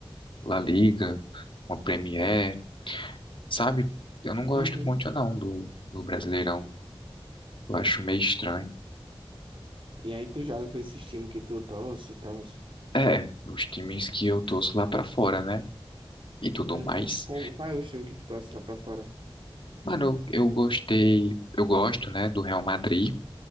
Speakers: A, on the left; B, on the right.
A: La Liga, uma Premier, sabe? Eu não gosto
B: Uhum.
A: muito não do, do Brasileirão, eu acho meio estranho.
B: E aí tu joga com esses times que tu torce e tal?
A: É, os times que eu torço lá pra fora, né? E tudo
B: Uhum.
A: mais.
B: Como, qual é o time que tu torce lá pra fora?
A: Mano, eu, eu gostei, eu gosto, né, do Real Madrid